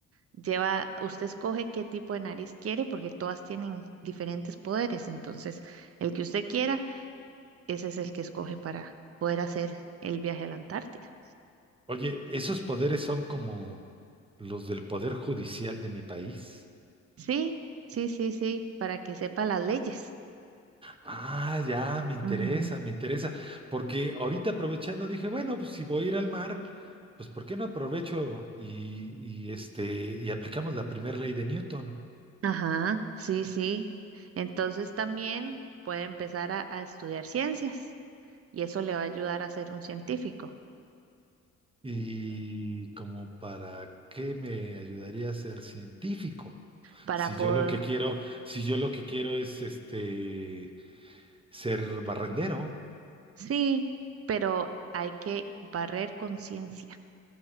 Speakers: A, on the right (about 50°); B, on the right (about 20°).
A: lleva, usted escoge qué tipo de nariz quiere porque todas tienen diferentes poderes. Entonces, el que usted quiera, ese es el que escoge para poder hacer el viaje a la Antártida.
B: Oye, esos poderes son como los del poder judicial de mi país.
A: Sí, sí, sí, sí, para que sepa las leyes.
B: Ah, ya, me interesa,
A: Ujú.
B: me interesa, porque ahorita aprovechando dije, bueno, pues si voy a ir al mar, pues ¿por qué no aprovecho y, y, este y aplicamos la primera ley de Newton?
A: Ajá, sí, sí. Entonces también puede empezar a, a estudiar ciencias y eso le va a ayudar a ser un científico
B: Y como para qué me ayudaría a ser científico?
A: para
B: Si
A: poder,
B: yo lo que quiero, si yo lo que quiero es este ser barrendero.
A: sí, pero hay que barrer con ciencia.